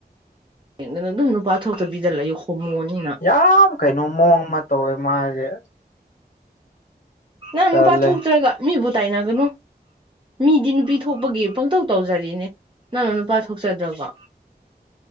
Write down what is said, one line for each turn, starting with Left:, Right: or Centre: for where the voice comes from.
Right: ꯌꯦꯡꯗꯅ ꯑꯗꯨꯝ ꯅꯨꯄꯥ ꯊꯣꯛꯇꯕꯤꯗ ꯂꯩꯌꯨ ꯍꯣꯃꯣꯅꯤꯅ
Left: ꯌꯥꯝ ꯀꯩꯅꯣ ꯃꯑꯣꯡ ꯑꯃ ꯇꯧꯋꯦ ꯃꯥꯁꯦ
Right: ꯅꯪ
Left: ꯇꯜꯂꯦ
Right: ꯅꯨꯄꯥ ꯊꯣꯛꯇ꯭ꯔꯒ ꯃꯤꯕꯨ ꯇꯥꯏꯅꯒꯅꯨ ꯃꯤꯗꯤ ꯅꯨꯄꯤ ꯊꯣꯛꯄꯒꯤ ꯄꯪꯇꯧ ꯇꯧꯖꯔꯤꯅꯦ ꯅꯪꯅ ꯅꯨꯄꯥ ꯊꯣꯛꯆꯗ꯭ꯔꯥꯒ